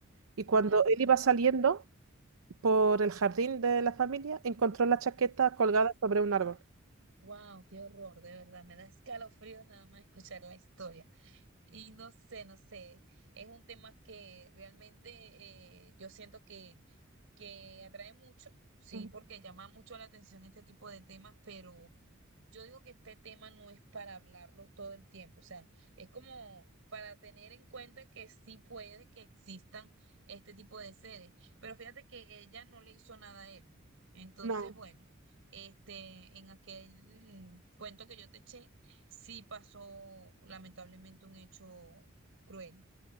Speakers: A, on the right; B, on the right.
A: Y cuando
B: nada.
A: él iba saliendo por el jardín de la familia, encontró la chaqueta colgada sobre un árbol.
B: Wow, qué horror, de verdad, me da escalofrío nada más escuchar la historia. Y no sé, no sé, es un tema que realmente eh, yo siento que, que atrae mucho, sí,
A: Ujú.
B: porque llama mucho la atención este tipo de temas, pero yo digo que este tema no es para hablarlo todo el tiempo, o sea, es como para tener en cuenta que sí puede que existan este tipo de seres, pero fíjate que ella no le hizo nada a él. Entonces,
A: No.
B: bueno, este, en aquel cuento que yo te eché sí pasó lamentablemente un hecho cruel.